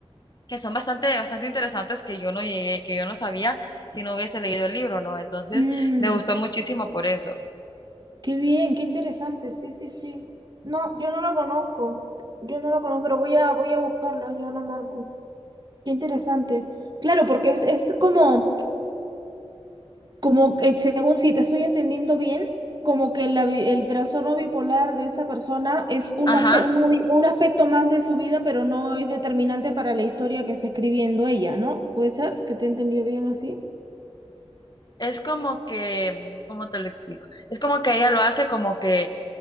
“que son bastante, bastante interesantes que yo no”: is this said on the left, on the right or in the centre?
Left